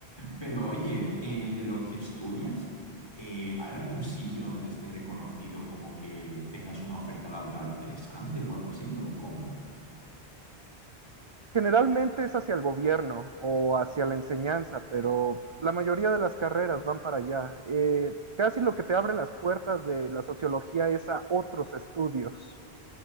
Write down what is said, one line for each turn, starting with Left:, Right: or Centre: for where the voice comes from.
Left: Pero oye, eh, de lo que estudias, eh, ¿hay algún sitio donde esté reconocido como que tengas una oferta laboral interesante o algo así? ¿O cómo?
Right: Generalmente es hacia el gobierno o hacia la enseñanza, pero la mayoría de las carreras van para allá. Eh, casi lo que te abre las puertas de la sociología es a otros estudios.